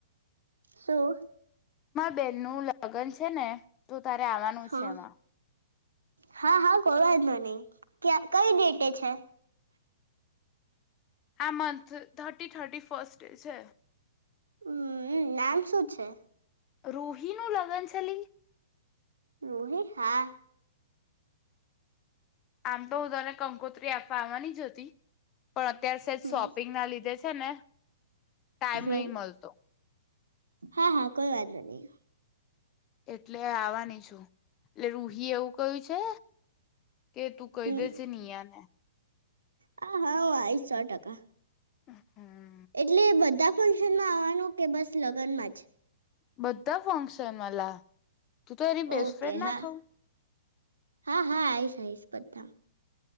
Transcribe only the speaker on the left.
બેન નું લગન છે ને તો તારે આવાનું
છે એમાં.
આ મંથ થર્ટી થર્ટી ફર્સ્ટ એ છે.
રુહીનું લગ્ન ચલી.
આમ તો હું તને કંકોત્રી આપવા આવવાની જ હતી. પણ અત્યાર સેને
શોપિંગ ના લીધે છે ન ટાઈમ
નહી મળતો.
એટલે આવાની છું એટલે રૂહી એવું કયું છે કે તું
કહી દે છે નિયા ને.
હમ્મ.
બધા ફંક્શન મલા. ત તો એની બેસ્ટફ્રેન્ડ
ના
છો.